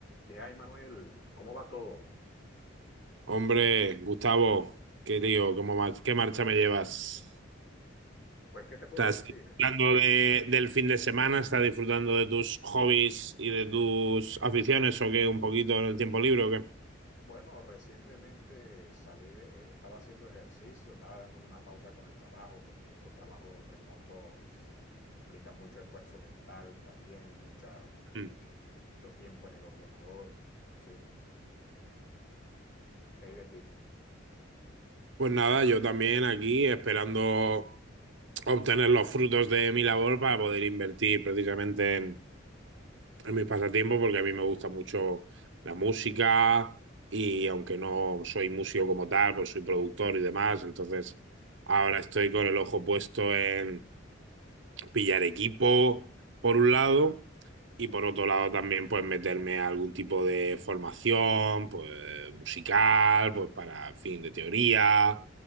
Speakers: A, on the left; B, on the right.
A: ¿Qué hay, Manuel? ¿Cómo va todo?
B: Hombre, Gustavo, qué lío, cómo mar- qué marcha me llevas.
A: Pues, ¿qué te puedo
B: ¿Estás
A: decir?
B: disfrutando de- del fin de semana? ¿Estás disfrutando de tus hobbies y de tus aficiones o qué? ¿Un poquito en el tiempo libre o qué?
A: Bueno, recientemente salí de, eh, estaba haciendo ejercicio, estaba dándome una pausa con el trabajo, porque estos trabajos remotos implican mucho esfuerzo mental también, mucha,
B: Mm.
A: mucho, mucho tiempo en el ordenador, ¿sí? ¿Qué hay de ti?
B: Pues nada, yo también aquí esperando obtener los frutos de mi labor para poder invertir precisamente en, en mis pasatiempos porque a mí me gusta mucho la música y aunque no soy músico como tal, pues soy productor y demás, entonces ahora estoy con el ojo puesto en pillar equipo por un lado y por otro lado también pues meterme a algún tipo de formación pues musical, pues para en fin de teoría